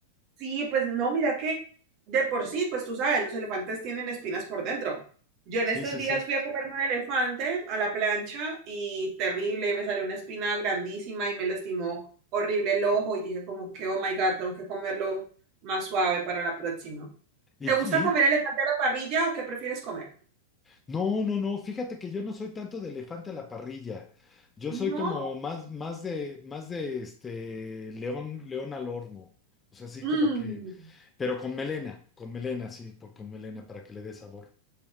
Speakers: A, on the right; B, on the left.
A: Sí, pues no, mira que de por sí, pues tú sabes, los elefantes tienen espinas por dentro. Yo en
B: Sí,
A: estos
B: sí,
A: días
B: sí.
A: fui a comerme un elefante a la plancha y terrible, me salió una espina grandísima y me lastimó horrible el ojo y dije como que, oh my God, tengo que comerlo más suave para la próxima.
B: Y,
A: ¿Te gusta comer elefante a la parrilla o qué prefieres comer?
B: No, no, no, fíjate que yo no soy tanto de elefante a la parrilla. Yo
A: No.
B: soy como más, más de, más de este león, león al horno. O sea, así
A: Mm.
B: como que, pero con melena, con melena, sí, por, con melena para que le dé sabor.